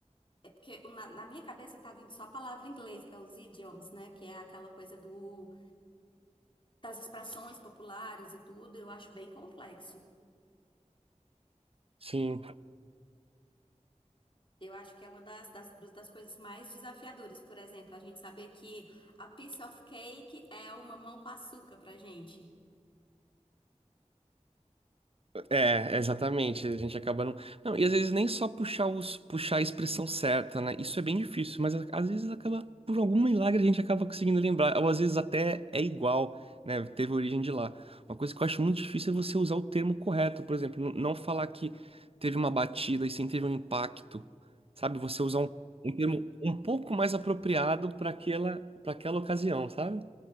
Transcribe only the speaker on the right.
Sim.
É, exatamente. A gente acaba não. Não, e às vezes nem só puxar os puxar a expressão certa, né? Isso é bem difícil, mas a- às vezes acaba, por algum milagre, a gente acaba conseguindo lembrar. Ou às vezes até é igual, né? Teve origem de lá. Uma coisa que eu acho muito difícil é você usar o termo correto, por exemplo, n- não falar que teve uma batida e sim teve um impacto. Sabe? Você usar um, um termo um pouco mais apropriado para aquela, para aquela ocasião, sabe?